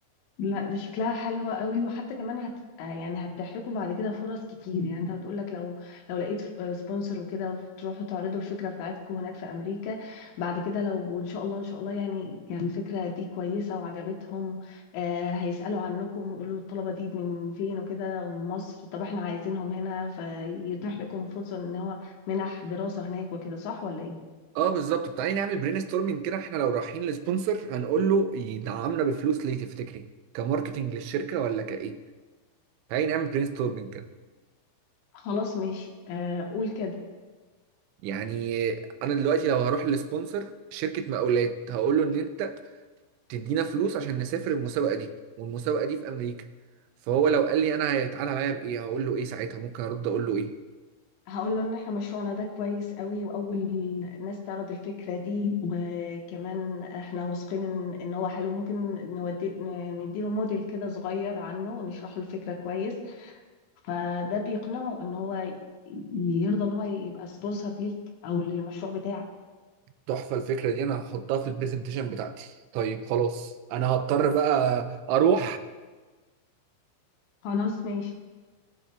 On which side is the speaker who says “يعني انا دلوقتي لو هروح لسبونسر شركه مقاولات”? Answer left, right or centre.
Right